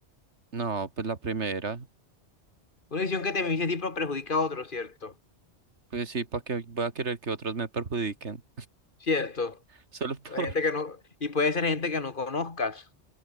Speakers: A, on the right; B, on the left.
A: No, pues la primera.
B: Una decisión que te beneficie a ti, pero perjudica a otros, ¿cierto?
A: Pues sí, ¿para qué voy a querer que otros me perjudiquen?
B: Cierto.
A: Solo por...
B: Hay Gente
A: <laughs>
B: que no, y puede ser gente que no conozcas.